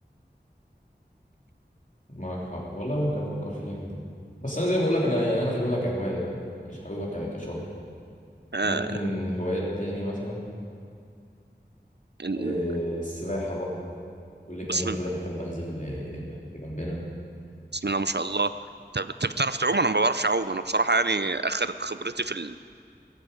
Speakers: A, on the left; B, on the right.
A: معاك حق والله ممكن افكر فيها كده بس انا زي ما بقول لك انا يعني انا حاببها كهوايه مش حاببها ك- كشغل
B: آه
A: ممكن هوايات تاني مثلا
B: إن-
A: آه، السباحه برضو كل كام
B: بسم
A: يوم
B: الله
A: كده بحب انزل آه، النادي اللي جنبنا
B: بسم الله ما شاء الله طب انت بتعرف تعوم انا ما بعرفش اعوم انا بصراحه يعني اخر خبرتي في